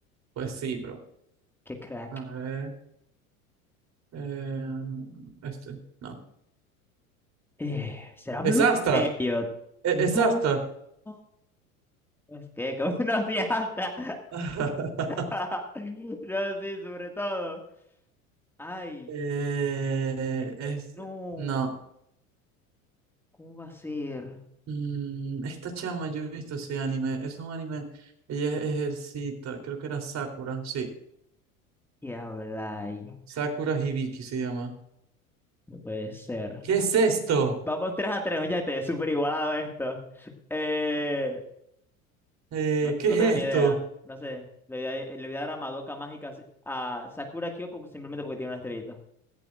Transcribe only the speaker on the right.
Pues sí, bro.
A ver. Eh, este. No.
Es hasta.
e,
Es hasta.
<laughs>
Eh,
es,
no,
Mm, esta chama, yo he visto ese anime, es un anime, ella es ejercita, creo que era Sakura, sí,
Sakura Hibiki se llama.
¿Qué es esto?
Eh,
¿qué
es
esto?